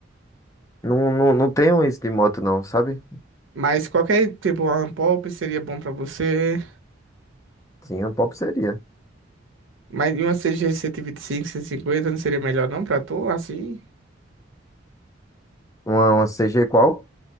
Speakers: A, on the left; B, on the right.
A: não, não, não tenho isso de moto, não, sabe?
B: Mas qualquer tipo, uma Pop seria bom pra você.
A: Sim, um pop seria.
B: Mas e uma C G 125, 150 não seria melhor não pra tu, assim?
A: Uma, uma CG qual?